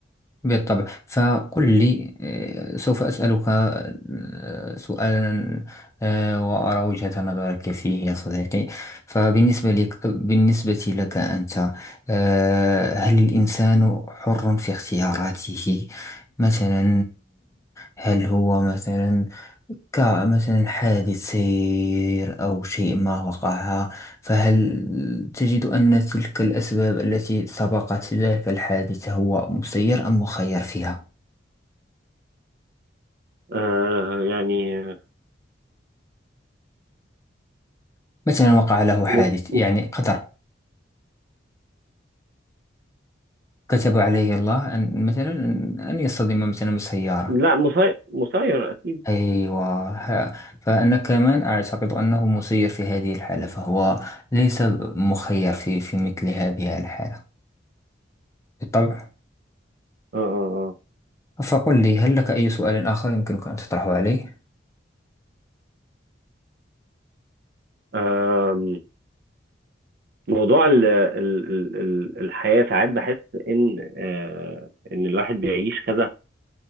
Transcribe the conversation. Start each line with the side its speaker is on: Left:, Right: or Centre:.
Left: بالطبع فقل لي آه، سوف أسألك آه، سؤالا آه، وأرى وجهة نظرك فيه يا صديقي فبالنسبة لك بالنسبة لك أنت آه، هل الإنسان حر في اختياراته مثلا هل هو مثلا كمثلا حادث سير أو شيء ما وقع فهل تجد أن تلك الأسباب التي سبقت ذلك الحادث هو مسير أم مخير فيها؟
Right: آه يعني آه،
Left: مثلا وقع له حادث
Right: م م-
Left: يعني قدر كتب عليه الله أن مثلا أن يصطدم مثلا بسيارة
Right: لا مسير مسير اكيد
Left: أيوة ها- فأنا كمان أعتقد أنه مسير في هذه الحالة فهو ليس مخير في في مثل هذه الحالة بالطبع
Right: اه اه
Left: فقل لي هل لك أي سؤال آخر يمكنك أن تطرحه علي؟
Right: آه. آم، موضوع ال ال ال ال- الحياة ساعات بحس إن آه، إن الواحد بيعيش كذا